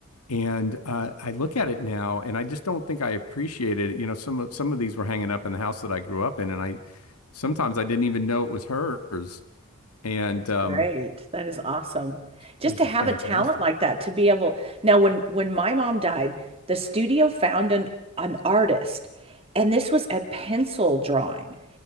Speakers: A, on the left; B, on the right.
A: And uh, I look at it now, and I just don't think I appreciated it. You know, some of some of these were hanging up in the house that I grew up in, and I sometimes I didn't even know it was hers. And
B: That's
A: um,
B: great. That is awesome. Just
A: She was
B: to
A: just
B: have
A: fantastic.
B: a talent like that, to be able now when when my mom died, the studio found an an artist, and this was a pencil drawing.